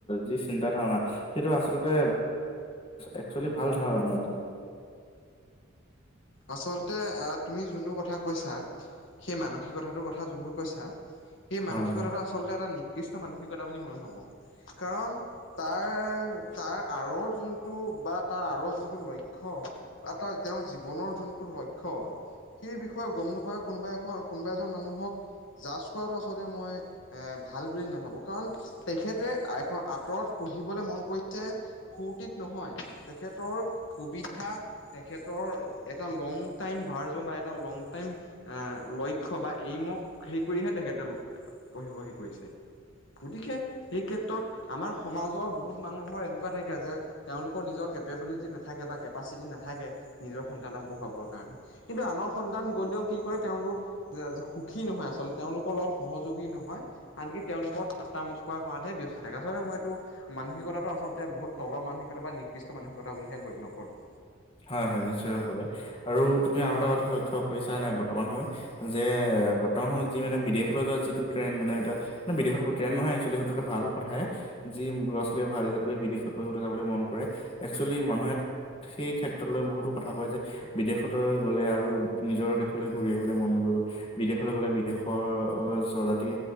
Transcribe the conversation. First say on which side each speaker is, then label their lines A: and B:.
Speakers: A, on the left; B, on the left.
A: যি চিন্তা ধাৰণা সেইটো আচলতে একচুৱেলি ভাল ধাৰণাজানো। <inaudible>
B: আচলতে তুমি যোনটো কথা কৈছা সেই মানসিক কথাটোৰ কথা যোনটো কৈছা। সেই মানসিকতাটো
A: হয় হয়
B: আচলতে এটা নিক- উৎকৃষ্ট মানসিকতা বুলি মই ভাবো কাৰণ তাৰ তাৰ আঁৰৰ যোনটো বা তাৰ আৰ যোনটো লক্ষ বা তাৰ তেওঁৰ জীৱনৰ যোনটো লক্ষ্য- সেই বিষয়ে গম নাপায় কোনোবা এখন কোনোবা এজন মানুহক- জ কৰাটো আচলতে মই এ ভাল বুলি নাভাবো কাৰণ তেখেতে এখন আঁতৰত পঢ়িবলৈ মন কৰিছে ফূৰ্তিত নহয় তেখেতৰ সুবিধা তেখেতৰ এটা লং টাইম ভাৰ্জন বা এটা লং টাইম লক্ষ্য় বা এইমক হে কৰিহে তেখ কেডাল পঢ়ি বহি কৰিছে। গতিকে সেই ক্ষেত্ৰত আমাৰ সমাজৰ বহুত মানুহৰ এনেকুৱা থাকে যে তেওঁলোকৰ নিজৰ কেপেবিলিটি নাথাকে বা কেপাচিটি নাথাকে নিজৰ সন্তানক- পঢ়াবৰ কাৰণে কিন্তু আনৰ সন্তান গলেও কি কৰে তেওঁলোক সুখী নহয় আচলতে তেওঁলোকৰ লগত- সহযোগী নহয় আনকি তেওঁলোকৰ এটা মচক কৰাহে ব্যস্ত থাকে আচলতে মই এইটো মানসিকতা আচলতে বহুত তলৰ মানসিকতা বা নিকৃষ্ট মানসিকতা বুলিহে গণ্য কৰো
A: হয় হয় নিশ্চয় ভাৱে আৰু তুমি আৰু এটা কথা লক্ষ্য কৰিছা নে বৰ্তমান সময়ত যে বৰ্তমান সময়ত যি মানে বিদেশলৈ যিটো ট্ৰেন মানে এতিয়া মানে বিদত ট্ৰেন নহয় একচুৱেলি সেইটো এটা ভাল কথাহে যি ল'ৰা ছোৱালীয়ে ভাল ৰিজাল্ট কৰি বিদেশত পঢ়লৈ যাবলৈ মন কৰে একচুৱেলি মানুহে সেই ক্ষেত্ৰ ক বহুতো কথা কয় যে বিদেশলৈ গ'লে আৰু নিজৰ দেশলৈ ঘূৰি আহিবলৈ মন নকৰিব বিদেশ। গলে বিদেশৰ জাতিৰ